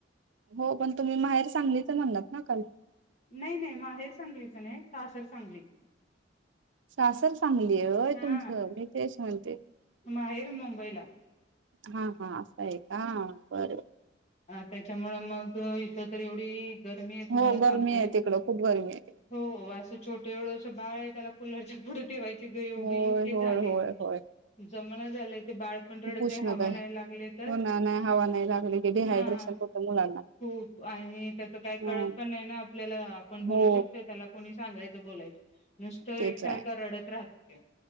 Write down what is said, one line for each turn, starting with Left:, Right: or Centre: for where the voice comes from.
Right: हो पण तुम्ही माहेर सांगलीच म्हणालात ना काल?
Left: नाही नाही माहेर सांगलीच नाही, सासर सांगली.
Right: सासर सांगली आहे होय
Left: हा
Right: तुमचं मी तेच म्हणते
Left: माहेर मुंबईला
Right: हा हा असं आहे का बर
Left: त्याच्यामुळे मग इथ तर एवढी गरमी आहे तुम्हाला
Right: हो
Left: सांगते.
Right: गरमी आहे तिकडं खूप गरमी आहे
Left: हो असं छोटे एवढ अस बाळ आहे त्याला कुलर च्या पुढ ठेवायचं ती एवढी
Right: होय
Left: हे
Right: होय
Left: झालीय
Right: होय होय
Left: जमणा झालय ते बाळ पण रडतंय
Right: खूप उष्णता
Left: हवा
Right: आहे.
Left: नाही. ले तर
Right: हो ना नाही हवा नाही लागली की डिहायड्रेशन
Left: हा हा
Right: होतं मुलांना.
Left: हो आणि त्याच काय
Right: ह
Left: कळत पण नाही ना आपल्याला आपण बोलू
Right: हो
Left: शकतोय न त्याला कोणी सांगायचं बोलायंच नुसत एकसारख
Right: तेच आहे
Left: रडत राह तर